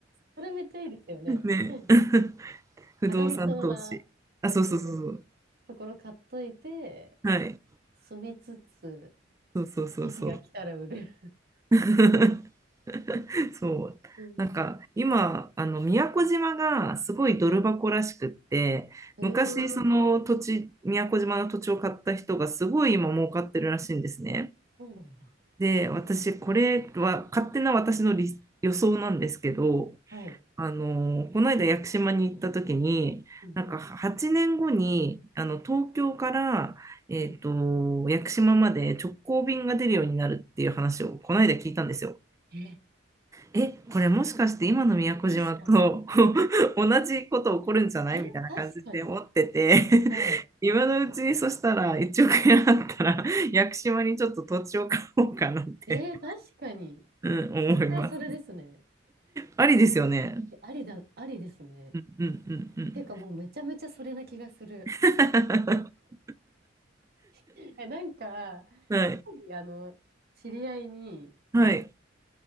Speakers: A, on the right (about 55°); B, on the right (about 15°).
A: それめっちゃいいですよね。
B: ね。
A: うん
B: <laughs> 不動産投資。
A: 上がりそうな、
B: あ、
A: うんうん、
B: そうそうそうそう。
A: ところ買っといて、
B: はい。
A: 住みつつ、
B: そうそうそうそう。
A: 時期が来たら売る。
B: <laughs> そう。
A: うん。
B: なんか、今、あの、宮古島がすごいドル箱らしくって、
A: ええ
B: 昔、その土地、宮古島の土地を買った人がすごい今儲かってるらしいんですね。
A: そうなんだ。
B: で、私、これは勝手な私の理予想なんですけど、
A: はい。
B: あの、この間屋久島に行った時に、
A: うんうん。
B: なんか8年後に、あの、東京から、えっと、
A: はい。
B: 屋久島まで直行便が出るようになるっていう話をこの間聞いたんですよ。
A: え
B: え、これもしかして今の宮古島と
A: ー、確かに。
B: <laughs> 同じこと起こるんじゃないみたいな感じで思ってて
A: えー、確かに。はい。
B: <laughs> 今のうちにそしたら1億円あったら屋久島にちょっと土地を買おうかなって
A: えー、確かに。
B: うん、
A: 絶対それですね。
B: 思います。ありですよね。
A: えありだ、ありですね。
B: うんうんうんうん。
A: ていうかもうめちゃめちゃそれな気がする。
B: <laughs>
A: <laughs> え、なんか、
B: はい。
A: 一人、あの、知り合いに、
B: はい。
A: あの、